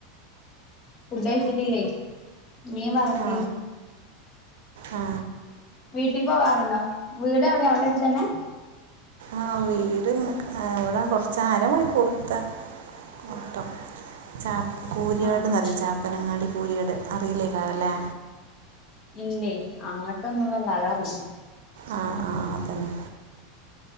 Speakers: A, on the left; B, on the right.
A: ഫുഡഴിച്ചിട്ടില്ലേ മീൻ വറ്ക്ക്
B: ആ
A: വീട്ട
B: ആ
A: വീട്ടീ പോവാറുണ്ടോ വീട് എവിടെയാ അവിടെ അടുത്തന്നെ
B: ആഹ് വീട് ഇവിടെ കൊറച്ച് അര മണിക്കൂർത്ത ട്ടം ചാ കൂരിയാട്
A: ആഹ്
B: <unintelligible> ചാപ്പനങ്ങാടി കൂരിയാട് അറിയില്ലേ <unintelligible>
A: ഇല്ലേ അങ്ങട്ടൊന്നും <unintelligible>
B: ആ ആ അതന്നെ